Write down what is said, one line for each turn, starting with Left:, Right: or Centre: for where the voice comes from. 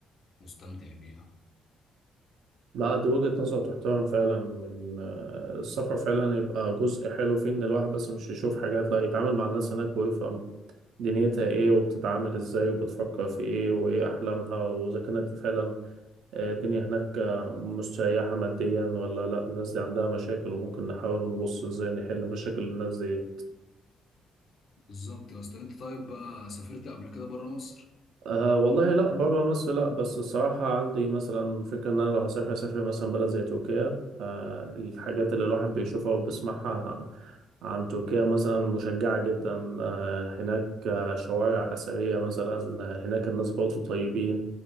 Left: فمستمتع بيها
Right: لا دي وجهة نظر تحترم فعلا من آه، السفر فعلا يبقى جزء حلو فيه ان الواحد بس مش يشوف حاجات لا يتعامل مع الناس هناك ويفهم دنيتها ايه وبتتعامل ازاي وبتفكر في ايه وايه احلامها واذا كانت فعلا آه، الدنيا هناك آه، مستريحة ماديا ولا لا الناس دي عندها مشاكل وممكن نحاول نبص ازاي نحل مشاكل الناس دي
Left: بالظبط يا اسطى انت طيب بقى سافرت قبل كده بره مصر
Right: أه والله لا بره مصر لا بس الصراحة عندي مثلا فكرة إن أنا لو هسافر أسافر مثلا بلد زي تركيا أه الحاجات اللي الواحد بيشوفها وبيسمعها عن تركيا مثلا مشجعة جدا أه هناك آه، شوارع أثرية مثلا آه، هناك الناس برضو طيبين